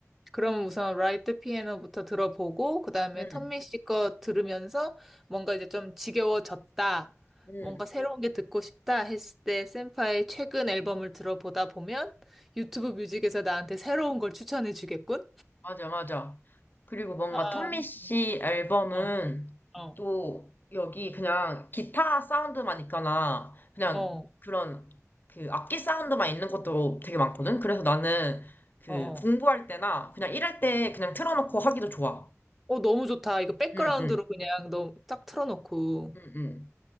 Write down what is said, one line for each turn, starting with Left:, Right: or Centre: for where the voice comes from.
Centre: 그럼 우선 라이트 피아노부터 들어보고 그다음에
Left: 음.
Centre: 턴미 씨거 들으면서 뭔가 이제 좀 지겨워졌다.
Left: 응,
Centre: 뭔가 새로운 게 듣고 싶다 했을 때 센파의 최근 앨범을 들어보다 보면 유튜브 뮤직에서 나한테 새로운 걸 추천해 주겠군?
Left: 맞아, 맞아. 그리고 뭔가
Centre: 아,
Left: 톰미 씨 앨범은
Centre: 어, 어,
Left: 또 여기 그냥 기타 사운드만 있거나 그냥
Centre: 어, 어.
Left: 그런 그 악기 사운드만 있는 것도 되게 많거든. 그래서 나는 그
Centre: 어,
Left: 공부할 때나 그냥 일할 때 그냥 틀어놓고 하기도 좋아.
Centre: 어, 너무 좋다. 이거 백그라운드로
Left: 응, 응,
Centre: 그냥 너무 딱 틀어놓고.
Left: 응, 응.